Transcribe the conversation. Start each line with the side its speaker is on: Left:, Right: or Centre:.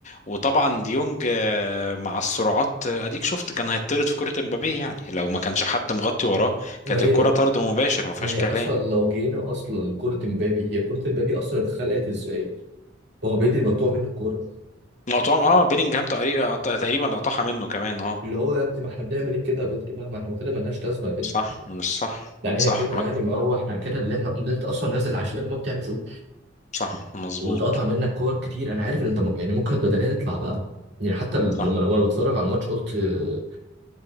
Left: وطبعا ديونج آه، مع السرعات آه، اديك شفت كان هيطرد في كره امبابيه يعني لو ما كانش حد مغطي وراه
Right: ما
Left: كانت
Right: هي
Left: الكره طرد مباشر ما فيهاش
Right: ما هي
Left: كلام
Right: اصلا لو جينا اصلا لكرة امبابي هي كرة امبابي اصلا اتخلقت ازاي؟ ما هو بدري مقطوع منه الكورة
Left: مقطوعة اه بيلينجهام تقريبا قط- تقريبا لقطعها منه كمان اه
Right: اللي هو يا ابني ما احنا بنعمل ايه كده يا بدري بقى ما احنا كده ملناش لازمة يا بدري
Left: صح مش صح
Right: يعني
Left: صح
Right: هي كده
Left: مك-
Right: يعني ما هو احنا كده اللي احنا اللي انت اصلا نازل عشان ما بتعملش إيه؟
Left: صح مظبوط
Right: واتقطع منك كور كتير انا عارف ان انت م- يعني ممكن بدنيا تطلع بقى يعني حتى لما
Left: صح
Right: وانا بتفرج على الماتش قلت آه،